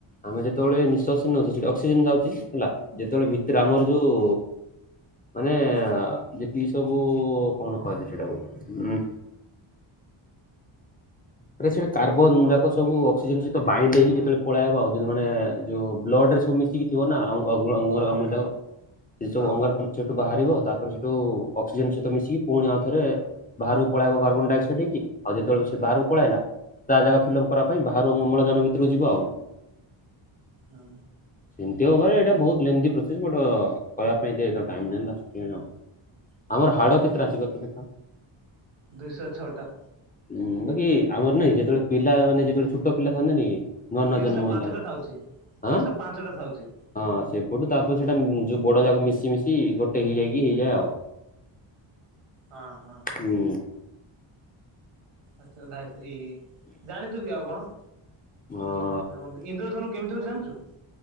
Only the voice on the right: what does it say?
ହୁଁ
କଣ
ହଁ
ହଁ
ହ
ଆଚ୍ଛା।
ଦୁଇଶହ ଛଅଟା।
ତିନିଶହ
ପାଞ୍ଚଟା
ଥାଉଛି
ତିନିଶହ ପାଞ୍ଚଟା ଥାଉଛି।
ହଁ ହଁ।
ଆଛା ଧାଇ ଶ୍ରୀ ଜାଣିଛୁ କି ଆଉ କଣ।
ଏ କଣ ସେଟା କହୁଥିଲି ଇନ୍ଦ୍ରଧନୁ କେମତି ହୋଉଚି ଜାଣିଛୁ।?